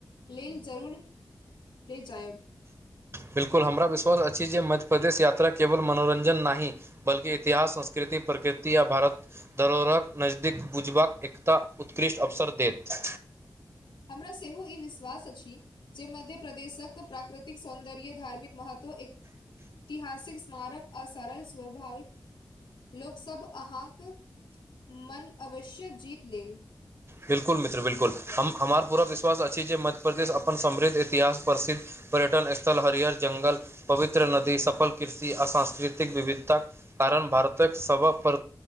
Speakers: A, on the left (about 85°); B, on the right (about 35°).
A: लेल जरूर ले जायब।
B: बिकुल हमरा विश्वास अछी जे मध्य प्रदेश यात्रा केवल मनोरञ्जन नाही बल्कि इतिहास, संस्कृति, प्रकृति आ भारत धरोहरक नजदीक बुझबाक एकता उत्कृष्ट अवसर देत।
A: हमरा सेहो ई विश्वास अछी जे मध्य प्रदेशक प्राकृत तिक सौन्दर्य, धार्मिक महत्व एक तिहासिक स्मारक आ सरल स्वभाविक लोक सब अहांक मन अवश्य जीत लेल।
B: बिल्कुल मित्र बिलकुल हम हमार पूरा विश्वास अछी जे मध्य प्रदेश अपन समृद्ध इतिहास प्रसिद्ध पर्यटन स्थल, हरियर जंगल, पवित्र नदी, सफल कृषि आ सांस्कृतिक विविधता कारण भारतक सब प्र